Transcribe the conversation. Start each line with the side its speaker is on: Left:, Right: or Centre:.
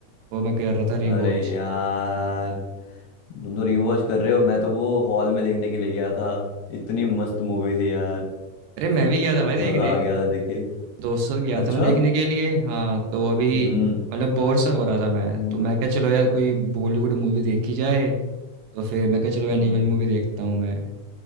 Right: वो मैं कर रहा था रिवॉच
Left: अरे यार तुम तो रिवॉच कर रहे हो मैं तो वो हॉल में देखने के लिए गया था इतनी मस्त मूवी थी यार
Right: अरे मैं भी गया था भाई देखने
Left: मजा आ गया था देखे
Right: दोस्तों साथ गया
Left: अच्छा
Right: था मैं देखने के लिए हाँ तो अभी
Left: हम्म
Right: मतलब बोर सा हो रहा था मैं
Left: हम्म
Right: तो मैं क्या चलो यार कोई बॉलीवुड मूवी देखी जाए तो फिर मैं क्या चलो एनिमल
Left: हम्म,
Right: मूवी देखता हूँ मैं